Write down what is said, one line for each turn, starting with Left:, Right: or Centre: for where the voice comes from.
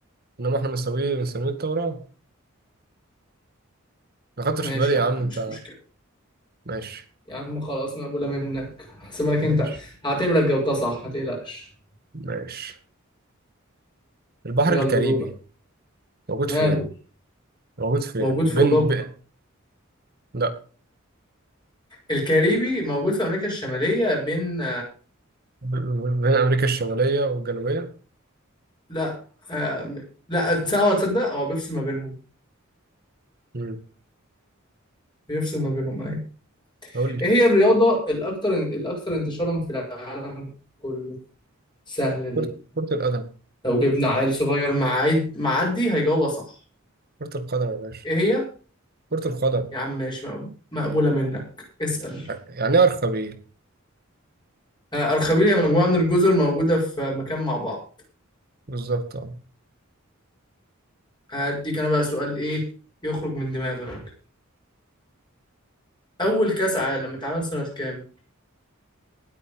Right: إنما إحنا بنسميه بنسميه التوراة ما خدتش
Left: ماشي
Right: في بالي يا
Left: يا
Right: عم
Left: عم
Right: أنت
Left: مش مشكلة
Right: ماشي
Left: يا عم خلاص مقبولة منك هحسبها لك
Right: ماشي
Left: انت هعتبرك جاوبتها صح ما تقلقش
Right: ماشي البحر
Left: يلا
Right: الكاريبي
Left: دورك
Right: موجود
Left: ماله
Right: فين؟ موجود فين؟
Left: موجود في
Right: بين
Left: اوروبا
Right: ب... لا
Left: الكاريبي موجود في امريكا الشمالية بين
Right: ب... بين أمريكا الشمالية والجنوبية
Left: لا آه... لا تصدق آه، تصدق هو بيفصل ما بينهم
Right: مم.
Left: بيفصل ما بينهم ايوه
Right: قول لي
Left: ايه هي الرياضة الاكثر الاكثر انتشارا في العالم كله سهلة دي
Right: كرة كرة القدم
Left: لو جبنا عيل صغير معايد معدي هيجاوبها صح
Right: كرة القدم يا باشا
Left: ايه هي
Right: كرة القدم
Left: يا عم ماشي مقب- مقبولة منك اسأل
Right: يعني إيه أرخبيل
Left: آه، أرخبيل يا مجموعة من الجزر موجودة في مكان مع بعض
Right: بالظبط أه
Left: هديك أنا بقى سؤال إيه يخرج من دماغك أول كأس عالم اتعمل سنة كام؟